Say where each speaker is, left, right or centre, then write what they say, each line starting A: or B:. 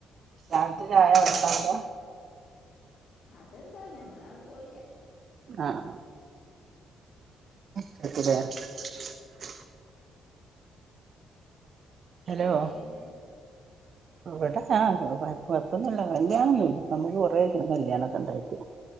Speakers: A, on the right; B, on the left.
A: രാവിലത്തെ ചായ ണ്ടാക്ക
B: അതണ്ടാവുംനമ്മളട് പോയില്ല
A: അആ <inaudible> ഹലോ
B: അവിടെ എങ്ങനെ
A: ഇവിടെ ഞാൻ കുഴപ്പമൊന്നുമില്ല കല്യാണം ഒന്നുമില്ല നമുക്ക് കുറേയായി കല്യാണം ണ്ടായിട്ട്